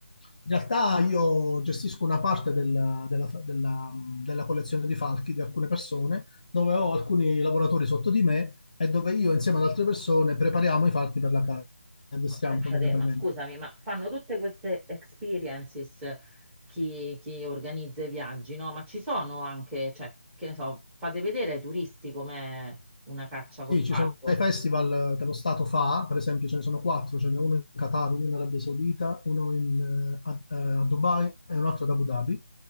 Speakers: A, on the left; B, in the centre.
A: In realtà io gestisco una parte della, della- della- della collezione di falchi di alcune persone, dove ho alcuni lavoratori sotto di me e dove io insieme ad altre persone prepariamo i falchi per la caccia, li addestriamo
B: Ma pensate,
A: fondamentalmente.
B: ma scusami, ma fanno tutte queste experiences chi, chi organizza i viaggi, no? Ma ci sono anche, cioè, che ne so, fate vedere ai turisti com'è una caccia
A: Sì,
B: col falco.
A: ci sono dei festival eh, che lo Stato fa, per esempio ce ne sono quattro, ce n'è uno in Qatar, uno in Arabia Saudita, uno in, eh, a, eh, a Dubai e un altro ad Abu Dhabi,